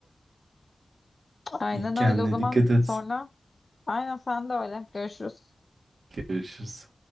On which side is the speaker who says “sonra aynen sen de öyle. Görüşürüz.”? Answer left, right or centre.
Left